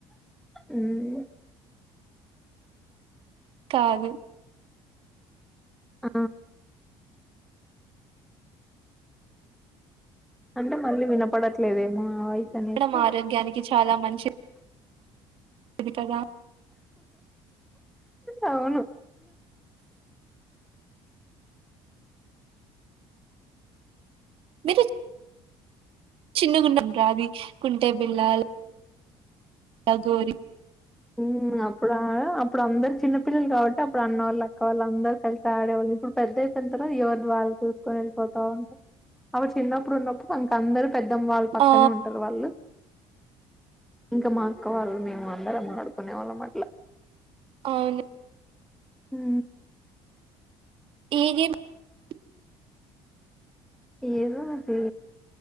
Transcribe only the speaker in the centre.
హూ
ఆ అంటే మళ్ళీ వినపడట్లేదేమో అనేసి
అవును
ఊ అప్పుడ అప్పుడు అందరు చిన్న పిల్లలు కాబట్టి అప్పుడు అన్న వాళ్ళు అక్క వాళ్ళ అందరు కలిసి ఆడేవాళ్ళు ఇప్పుడు పెద్ద అయిపోయర్ కదా ఎవర్ది వాళ్ళు చూసుకొని వెళ్ళిపోతా ఉంటారు అప్పుడు చిన్నప్పుడు ఉన్నప్పుడు అంక అందరు పెద్దం వాళ్ళు పక్కనే
ఉంటరు వాళ్ళు ఇంక మా అక్క వాళ్ మే అందరము కొనేవాళ్ళం అట్ల
హూ
ఏదో అది